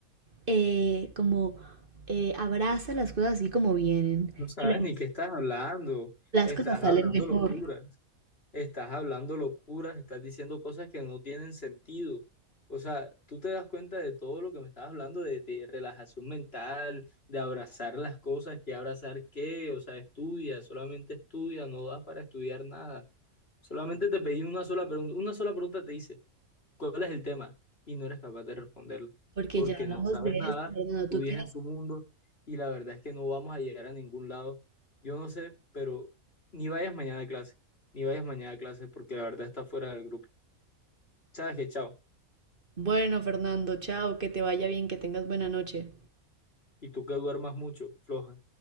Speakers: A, on the right (about 40°); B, on the left (about 45°).
A: eh, como eh, abraza las cosas así como vienen
B: No sabes
A: y las,
B: ni qué estás hablando,
A: las
B: estás
A: cosas salen
B: hablando
A: mejor.
B: locura. Estás hablando locuras, estás diciendo cosas que no tienen sentido. O sea, tú te das cuenta de todo lo que me estás hablando, de, de relajación mental, de abrazar las cosas, que abrazar qué, o sea, estudia, solamente estudia, no das para estudiar nada. Solamente te pedí una sola pregunta, una sola pregunta te hice cuál es el tema y no eres capaz de responderlo,
A: porque
B: porque
A: ya hablamos
B: no sabes
A: de
B: nada,
A: esto, Fernando. Tú
B: tú vives
A: tienes...
B: en tu mundo y la verdad es que no vamos a llegar a ningún lado. Yo no sé, pero ni vayas mañana a clase, ni vayas mañana a clase porque la verdad está fuera del grupo. Sabes que chao,
A: Bueno, Fernando, chao, que te vaya bien, que tengas buena noche.
B: y tú que duermas mucho, floja,